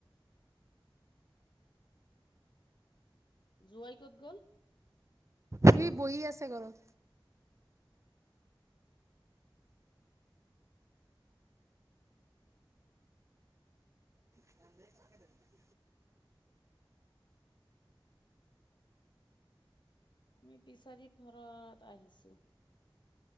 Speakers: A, on the left (about 60°); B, on the right (about 35°).
A: জোৱাই ক'ত গ'ল
B: সি বহি আছে ঘৰত <inaudible>
A: আমি পিছাৰি ঘৰত আহিছো